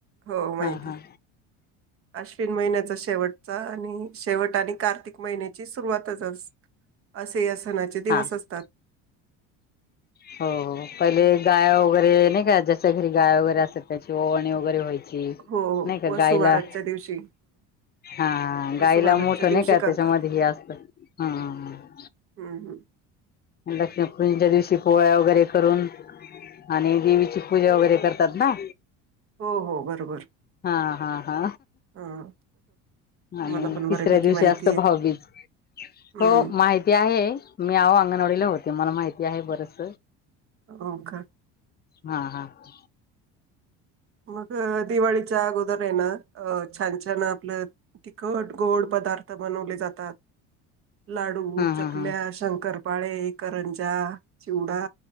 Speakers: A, on the right; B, on the left.
A: हो माहिती.
B: हा हा.
A: अश्विन महिन्यात च शेवटच आणि शेवट आणि कार्तिक महिन्याची सुरुवातच अस असे अस सनाचे दिवस
B: हा हो
A: असतात
B: हो पहिले गाय वगैरे नाही का जच्या घरी गाय वगैरे असेल त्याची ओवाळणी वगैरे व्हायची
A: हो
B: नाही का
A: व वसुबारस
B: गायला
A: च्या दिवशी
B: हा
A: वसुबारसच्या
B: गाईला मोठ नाही
A: दिवशी
B: का
A: करतात.
B: त्याच्यामध्ये हे असतं हा
A: हम्म हम्म.
B: लक्ष्मीपूजना दिवशी पोळ्या वगैरे करून आणि देवीची पूजा वगैरे करतात ना
A: हो हो बरोबर
B: हा हा हा
A: हां.
B: आणि
A: मला पण
B: तिसऱ्या
A: बऱ्यापैकी
B: दिवशी
A: माहिती
B: असत
A: आहे.
B: भाऊबीज
A: हं.
B: हो माहिती आहे आहे मी आव अंगणवाडीला होते मला माहिती आहे बरस
A: हो का
B: हा हा ह
A: मग दिवाळीच्या अगोदर आहे ना अ छान छान आपलं तिखट गोड पदार्थ बनवले जातात लाडू
B: हा
A: चकल्या
B: हा हा
A: शंकरपाळे करंजा चिवडा